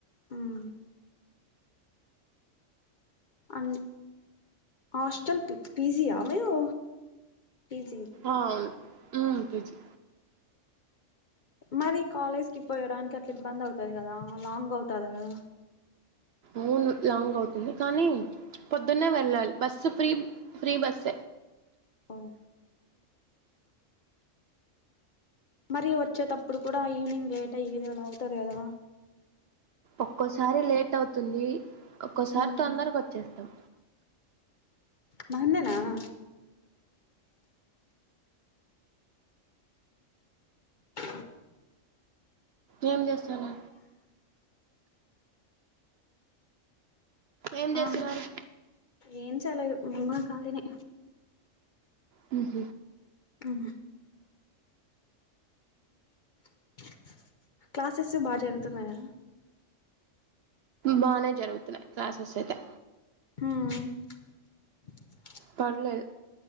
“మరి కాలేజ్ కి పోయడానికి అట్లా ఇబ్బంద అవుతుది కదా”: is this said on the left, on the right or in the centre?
Left